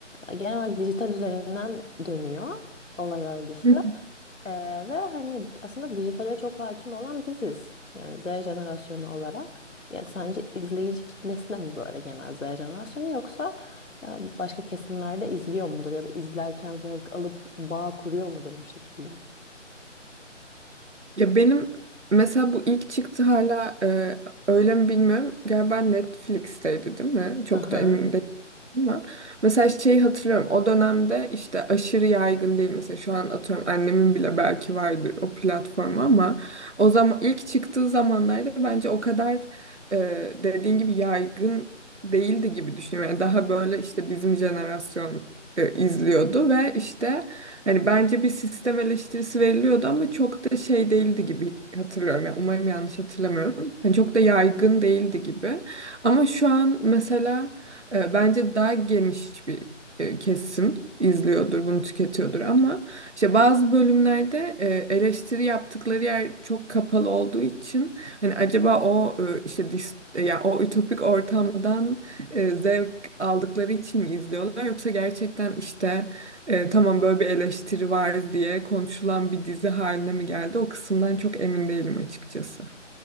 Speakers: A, on the left; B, on the right.
A: e, genel olarak dijital üzerinden dönüyor olay örgüsü.
B: <laughs>
A: Ee, ve hani aslında dijitale çok hakim olan biziz. Yani Z jenerasyonu olarak. Ya sence izleyici kitlesi de mi böyle genel Z jenerasyonu yoksa yani başka kesimlerde izliyor mudur ya da izlerken zevk alıp bağ kuruyor mudur bu şekilde?
B: Ya benim mesela bu ilk çıktı hala e, öyle mi bilmiyorum. Galiba Netflix'teydi değil mi? Çok
A: Hı hı.
B: da emin değilim ama. Mesela şeyi hatırlıyorum. O dönemde işte aşırı yaygın değil. Mesela şu an atıyorum annemin bile belki vardır o platform ama o zaman ilk çıktığı zamanlarda bence o kadar e, dediğin gibi yaygın değildi gibi düşünüyorum. Yani daha böyle işte bizim jenerasyon e, izliyordu ve işte Hani bence bir sistem eleştirisi veriliyordu ama çok da şey değildi gibi hatırlıyorum. Yani umarım yanlış hatırlamıyorum. Hani çok da yaygın değildi gibi. Ama şu an mesela e, bence daha geniş bir e, kesim izliyordur, bunu tüketiyordur ama işte bazı bölümlerde e, eleştiri yaptıkları yer çok kapalı olduğu için hani acaba o e, işte dis, e, ya o ütopik ortamdan e, zevk aldıkları için mi izliyorlar yoksa gerçekten işte e, tamam böyle bir eleştiri var diye konuşulan bir dizi haline mi geldi? O kısımdan çok emin değilim açıkçası.